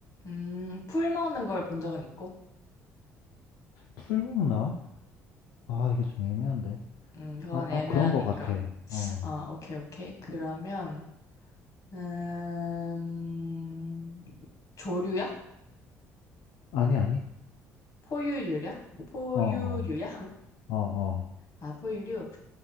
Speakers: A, on the left (about 55°); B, on the left (about 75°).
A: 음, 풀 먹는 걸 본 적은 있고.
B: 풀 먹나? 아, 이게 좀 애매한데.
A: 음, 그건
B: 아,
A: 애매하니까.
B: 아, 그런 것 같아. 어.
A: 아, 오케이, 오케이. 그러면, 음, 조류야?
B: 아니, 아니.
A: 포유류야? 포유류야?
B: 어, 어, 어, 어.
A: 아, 포유류.